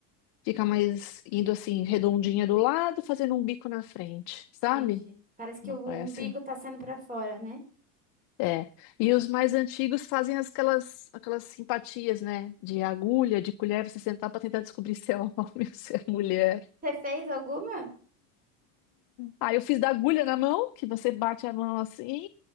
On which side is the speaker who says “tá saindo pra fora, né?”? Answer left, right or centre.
Right